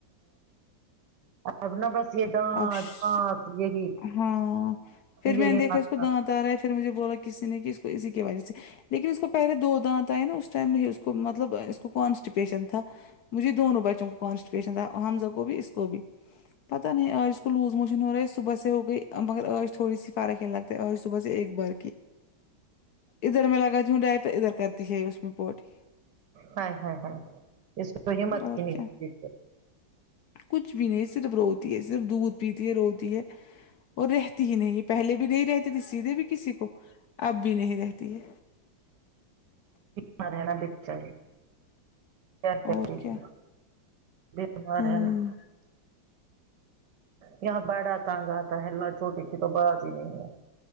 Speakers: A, on the right; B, on the left.
A: اور سب نا بس یہ دانت
B: اب ش...
A: وانت یہی
B: ہاں پھر
A: یہی
B: میں نے دیکھا
A: <unintelligible>
B: اس کو دانت آ رہا ہے پھر مجھے بولا کسی نے کہ اس کو اسی کی وجہ سے لیکن اس کو پہلے دو دانت آئے نہ نا اس ٹائم ہی اس کو مطلب اس کو کانسٹیپیشن تھا مجھے دونوں بچوں کو کانسٹیپیشن تھا حمزہ کو بھی اس کو بھی تو نہیں آج اس کو لوز موشن ہو رہا ہے صبح سے ہو گئی مگر آج تھوڑی سی فرق ہی لگتا ہے آج صبح سے ایک بار ادھر میں لگا تی ہوں ڈائپر ہے ادھر کرتی ہے اس میں پوٹی
A: ہاے ہاے ہ اس کو ہمت
B: اور
A: کی نہیں
B: کیا
A: ہے
B: کچھ بھی نہیں صرف روت ہے صرف دودھ پیتی ہے روتی ہے اور رہتی ہی نہیں پہلے بھی نہیں رہتی تس سے سیدھے بھی کسی کو اب بھی نہیں رہتی ہے
A: بی رہنا بچایے کیا کرتی
B: اور کیا
A: پھر وہ بیمار
B: ہمم
A: ہے نا یہاں بڑا تازہ ہے نہ چھوٹی کی تو بات ہی نہیں ہے